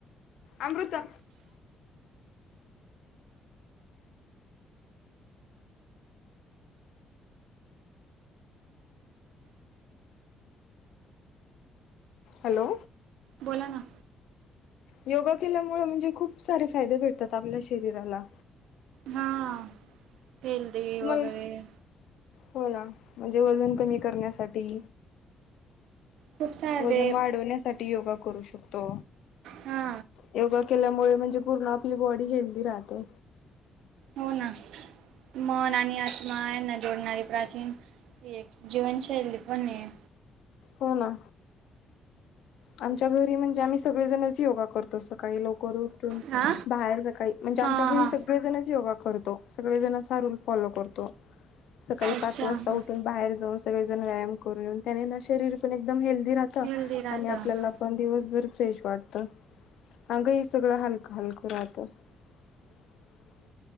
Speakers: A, on the left (about 75°); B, on the right (about 80°).
A: अमृता हॅलो
B: बोला ना
A: योगा केल्यामुळे म्हणजे खूप सारे फायदे भेटतात आपल्या शरीराला
B: हा हेल्दी
A: तुम्हाला
B: वगैरे
A: हो ना म्हणजे वजन कमी करण्यासाठी
B: खूप सारे
A: वजन वाढवण्यासाठी योगा करू शकतो
B: हा
A: योगा केल्यामुळे म्हणजे पूर्ण आपली बॉडी हेल्दी राहते
B: हो ना मन आणि आत्मा यांना जोडणारी प्राचीन ही एक जीवनशैली पण आहे
A: हो ना आमच्या घरी म्हणजे आम्ही सगळेजणच योगा करतो सकाळी लवकर
B: हा
A: बाहेर सकाळी म्हणजे आमच्या
B: हा
A: घरी
B: हा
A: सगळेजणच योगा करतो सगळे जणंच हा रूल फॉलो करतो सकाळी
B: अच्छा
A: पाच वाजता
B: हा
A: उठून बाहेर जाऊन सगळे जणं व्यायाम करून त्या शरीर पण एक हेल्थी राहत
B: हेल्दी राहतं
A: आणि आपल्याला
B: हा.
A: पण दिवस जर फ्रेश वाटत अंग ही सगळं हलकं हलकं राहत <unintelligible>